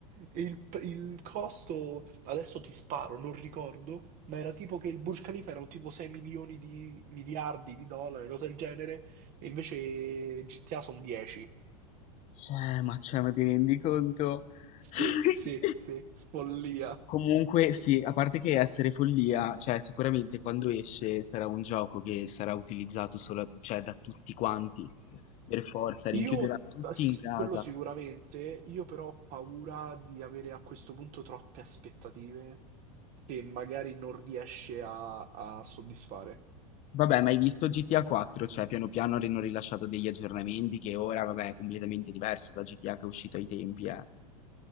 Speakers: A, on the right; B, on the left.
A: E il, il costo, adesso ti sparo, non ricordo, ma era tipo che il Burj Khalifa erano tipo 6 milioni di miliardi di dollari, cose del genere, e invece GTA sono 10.
B: eh, ma cioè, ma ti rendi conto?
A: Sì,
B: <laughs>
A: sì, sì, follia.
B: Comunque, sì, a parte che essere follia, cioè, sicuramente quando esce sarà un gioco che sarà utilizzato solo, cioè, da tutti quanti, per forza, rinchiuderà
A: Io,
B: tutti
A: eh, s-
B: in casa.
A: quello sicuramente, io però ho paura di avere a questo punto troppe aspettative che magari non riesce a, a soddisfare.
B: Vabbè, ma hai visto GTA 4? Cioè, piano piano hanno rilasciato degli aggiornamenti che ora, vabbè, è completamente diverso da GTA che è uscito ai tempi, eh.